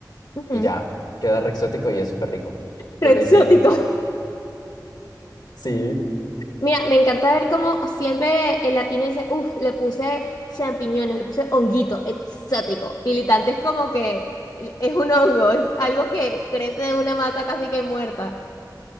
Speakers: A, on the left; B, on the left.
A: Ujú,
B: Y ya, queda re exótico y es súper rico.
A: Pero
B: Yo
A: exótico.
B: lo hice en... Sí, sí,
A: Mira, me encanta ver cómo siempre el latino dice, uff, le puse champiñones, le puse honguito, exótico. Militante es como que es un hongo, es algo que crece de una mata casi que muerta.